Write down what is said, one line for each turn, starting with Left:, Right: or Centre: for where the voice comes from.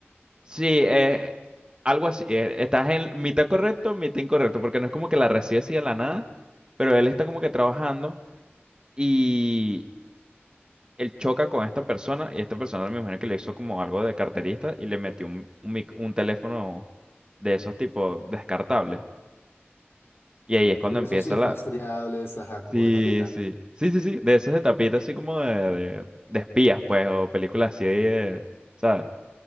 Right: Sí, eh, algo así. eh, Estás en mitad correcto, mitad incorrecto, porque no es como que la recibe así de la nada, pero él está como que trabajando y él choca con esta persona y esta persona me imagino que le hizo como algo de carterista y le metió un, un, mic- un teléfono de esos tipos descartables. Y ahí es cuando
Left: Esos
Right: empieza
Left: irrastreables,
Right: la...
Left: ajá, como
Right: Sí,
Left: de tapita.
Right: sí. Sí, sí, sí. De esos de tapita así como de, de, de espías, pues, o películas así de... ¿Sabes?